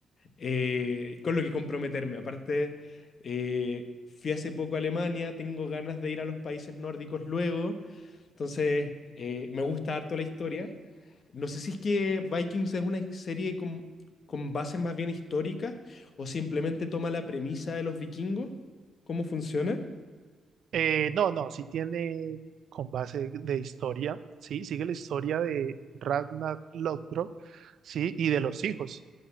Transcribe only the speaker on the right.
eh, no, no, si tiene con base de historia, sí, sigue la historia de Ragnar Lothbrok, sí, y de los hijos.